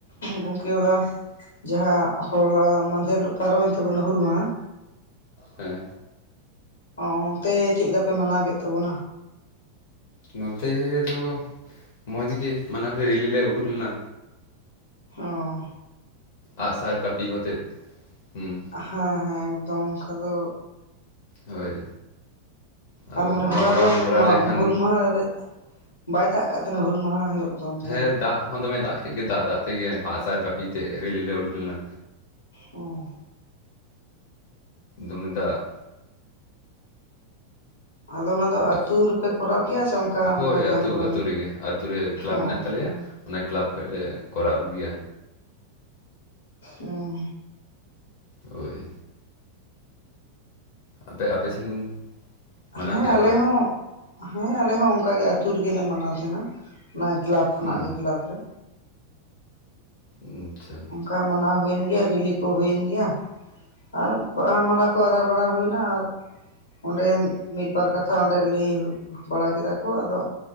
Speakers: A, on the left; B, on the left.
A: ᱜᱚᱝᱠᱮ ᱚᱞᱟ ᱡᱟᱦᱟᱸ ᱦᱚᱞᱟ ᱢᱟᱫᱮᱞᱜ ᱯᱟᱨᱚᱢᱮᱱ ᱛᱟᱵᱚᱱᱟ ᱦᱩᱞ ᱢᱟᱦᱟᱸ
B: ᱦᱮᱸ
A: ᱚ ᱚᱱᱛᱮ ᱪᱮᱫ ᱞᱮᱠᱟ ᱯᱮ ᱢᱟᱱᱟᱣ ᱠᱮᱫ ᱛᱟᱵᱚᱱᱟ
B: ᱱᱚᱛᱮ ᱫᱚ ᱢᱚᱡᱽ ᱜᱮ ᱢᱟᱱᱟ ᱦᱳᱭ ᱨᱤᱞᱤ ᱞᱮ ᱩᱰᱩᱠ ᱞᱮᱱᱟ
A: ᱦᱚᱸ
B: ᱟᱜᱼᱥᱟᱨ ᱠᱟᱹᱯᱤ ᱠᱚ ᱠᱟᱛᱮᱫ ᱦᱩᱸ
A: ᱦᱮᱸ ᱦᱮᱸ ᱮᱠᱫᱚᱢ ᱚᱱᱠᱟ ᱫᱚ
B: ᱦᱳᱭ ᱟᱵᱚ
A: ᱟᱨ ᱢᱟᱱᱮ
B: ᱱᱚᱣᱟ
A: ᱦᱚᱞᱟ
B: ᱵᱟᱝ
A: ᱫᱚ
B: ᱠᱚᱨᱟᱣ
A: ᱢᱟ
B: ᱞᱮᱠᱷᱟᱱ
A: ᱦᱩᱞ ᱢᱟᱦᱟ ᱨᱮ ᱵᱟᱭ ᱫᱟᱜ ᱠᱟᱜ ᱛᱟᱸᱦᱮᱱᱟ ᱦᱩᱞ ᱢᱟᱦᱟ ᱦᱤᱞᱳᱜ ᱫᱚ ᱚᱱᱛᱮ
B: ᱦᱮᱸ ᱫᱟᱜ ᱦᱚᱸ ᱫᱚᱢᱮ ᱫᱟᱜ ᱠᱮᱫ ᱜᱮ ᱫᱟᱜ ᱫᱟᱜ ᱛᱮᱜᱮ ᱮᱱᱦᱚᱸ ᱟᱸᱜ ᱟᱨ ᱠᱟᱹᱯᱤ ᱛᱮ ᱨᱮᱞᱤ ᱞᱮ ᱩᱰᱩᱠ ᱞᱮᱱᱟ
A: ᱦᱚᱸ
B: ᱫᱚᱢᱮ ᱫᱟᱜ
A: ᱟᱫᱚ ᱚᱱᱟ ᱫᱚ
B: ᱚᱠᱟ
A: ᱟᱹᱛᱩ ᱨᱮᱯᱮ ᱠᱚᱨᱟᱣ ᱠᱮᱭᱟ ᱥᱮ ᱚᱱᱠᱟ
B: ᱦᱳᱭ
A: ᱚᱱᱠᱟ ᱡᱟᱦᱟᱸ
B: ᱟᱛᱳ
A: ᱠᱚᱨᱮ
B: ᱟᱛᱳ ᱨᱮᱜᱮ ᱟᱹᱛᱩ ᱨᱮ ᱠᱞᱟᱵᱽ
A: ᱚ
B: ᱢᱮᱱᱟᱜ ᱛᱟᱞᱮᱭᱟ ᱚᱱᱮ ᱠᱞᱟᱵᱽ ᱠᱷᱚᱡ ᱞᱮ ᱠᱚᱨᱟᱣ ᱜᱮᱭᱟ
A: ᱩᱦᱩᱸ
B: ᱦᱳᱭ ᱟᱯᱮ ᱟᱯᱮ ᱥᱮᱱ ᱢᱟᱱᱟᱣ
A: ᱦᱮᱸ
B: ᱠᱮᱜᱼᱟ
A: ᱟᱞᱮ
B: ᱯᱮ
A: ᱦᱚᱸ ᱦᱮᱸ ᱟᱞᱮ ᱦᱚᱸ ᱚᱱᱠᱟ ᱜᱮ ᱟᱹᱛᱩ ᱨᱮᱜᱮ ᱞᱮ ᱢᱟᱱᱟᱣ ᱛᱟᱸᱦᱮᱱᱟ ᱚᱱᱟ ᱠᱮᱞᱟᱵᱽ ᱠᱷᱚᱱᱟᱜ
B: ᱦᱩᱸ
A: ᱜᱮ ᱠᱞᱟᱵᱽ ᱨᱮ
B: ᱟᱪᱪᱷᱟ
A: ᱚᱱᱠᱟ ᱢᱟᱱᱟᱣ ᱦᱩᱭᱮᱱ ᱜᱮᱭᱟ ᱨᱤᱞᱤ ᱠᱚ ᱦᱩᱭᱮᱱ ᱜᱮᱭᱟ ᱟᱨ ᱵᱟᱦᱟ ᱢᱟᱞᱟ ᱠᱚ ᱟᱨᱟᱣ ᱵᱟᱲᱟ ᱦᱩᱭ ᱱᱟ ᱟᱨ ᱚᱸᱰᱮ ᱢᱤᱫ ᱵᱟᱨ ᱠᱟᱛᱷᱟ ᱚᱸᱰᱮ ᱞᱟᱹᱭ ᱵᱟᱲᱟ ᱠᱮᱫᱟ ᱠᱚ ᱟᱫᱚ